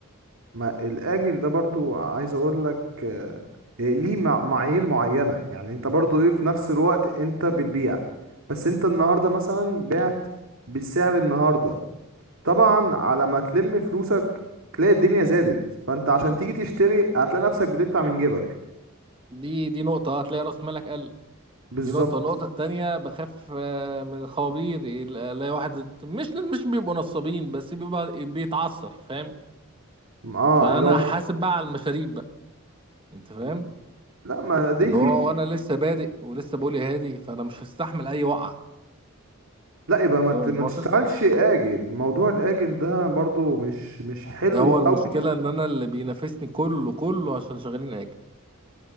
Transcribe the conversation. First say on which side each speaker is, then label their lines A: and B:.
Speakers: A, on the right; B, on the right.
A: ما الاجل ده برضو عايز اقول لك آه، ليه مع- معايير معينة يعني انت برضو ايه في نفس الوقت انت بتبيع بس انت النهاردة مثلا بعت بالسعر النهاردة طبعا على ما تلم فلوسك تلاقي الدنيا زادت فانت عشان تيجي تشتري هتلاقي نفسك بتدفع من جيبك
B: دي دي نقطة هتلاقي رأس مالك قل
A: بالظبط
B: دي نقطة النقطة التانية بخاف آه، من الخوابير يل- الاقي واحد مش مش بيبقوا نصابين بس بيبقى بيتعثر فاهم
A: اه
B: فأنا
A: اللي هو م...
B: حاسب
A: لا
B: بقى على المشاريب بقى أنت فاهم
A: م- لا ما دي
B: اللي
A: في
B: هو أنا لسه بادئ ولسه بقولي هادي فأنا مش هستحمل أي وقعة
A: لا يبقى ما
B: فاهم
A: ت-
B: المقصد
A: ما تشتغلش اجل موضوع الاجل ده برضو مش مش حلو
B: هو
A: قوي
B: المشكلة إن أنا اللي بينافسني كله كله عشان شغالين آجل